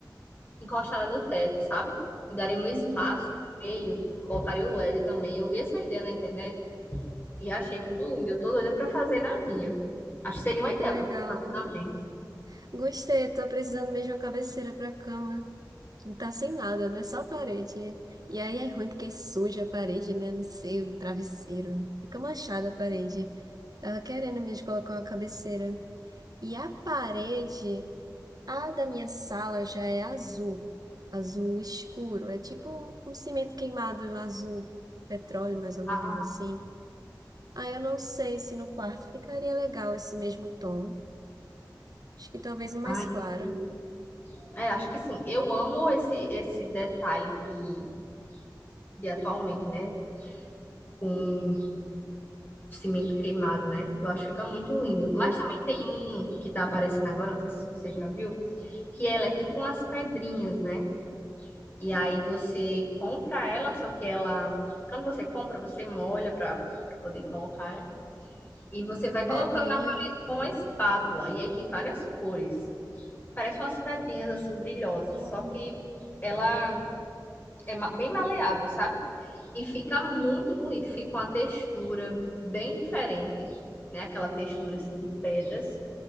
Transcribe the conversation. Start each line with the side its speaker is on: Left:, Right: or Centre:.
Left: encostada no teto, sabe? E daria um espaço
Right: Hum.
Left: no meio, colocaria o LED também. Eu vi essa ideia na internet e achei muito linda. Eu tô doida para fazer na minha. Acho que seria
Right: Ai,
Left: uma ideia
Right: que legal.
Left: para você fazer também.
Right: Gostei, eu tô precisando mesmo de uma cabeceira pra cama. Não tá sem nada, né? Só a parede. E aí é ruim porque suja a parede, né? Não sei, o travesseiro. Fica manchada a parede. Tava querendo mesmo colocar uma cabeceira. E a parede, a da minha sala já é azul. Azul escuro. É tipo um cimento queimado azul, petróleo, mais ou menos
Left: Ah,
Right: assim. Aí eu não sei se no quarto ficaria legal esse mesmo tom. Acho que talvez um mais
Left: ai,
Right: claro.
Left: sim. é, acho que sim. Eu amo esse esse detalhe que de atualmente, né? Com cimento queimado, né? Eu acho que fica muito lindo.
Right: Uhum.
Left: Mas também tem um que tá aparecendo agora, não sei se você já viu, que ela é tipo umas pedrinhas, né? E aí você compra ela, só que ela, quando você compra, você molha para para poder colocar, né? E você vai
Right: Pedrinha.
Left: colocando na parede com uma espátula. E aí tem várias cores. Parece umas pedrinhas assim brilhosas,
Right: Hum.
Left: só que ela é ma- bem maleável, sabe? E fica muito bonito, fica uma textura bem diferente, né? Aquela textura assim de pedras,